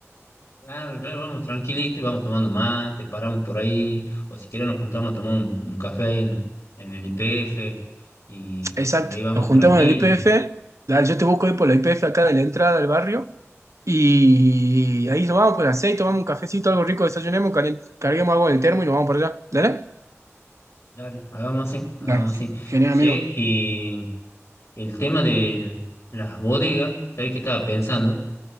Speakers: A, on the left (about 65°); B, on the right (about 75°).
A: Claro, claro, vamos tranquilito y vamos tomando mate, paramos por ahí, o si querés nos juntamos a tomar un, un café ahí en, en el IPF y,
B: Exacto,
A: y de ahí vamos
B: nos juntamos
A: tranquilos.
B: en el IPF, dale, yo te busco ahí por la IPF acá de la entrada del barrio, y ahí nos vamos por las seis tomamos un cafecito, algo rico, desayunemos, calen- carguemos algo en el termo y nos vamos por allá. ¿Dale?
A: Dale, hagamos así, hagamos
B: Dale.
A: así.
B: Genial,
A: Che,
B: amigo.
A: y el tema de las bodegas, ¿sabés qué estaba pensando?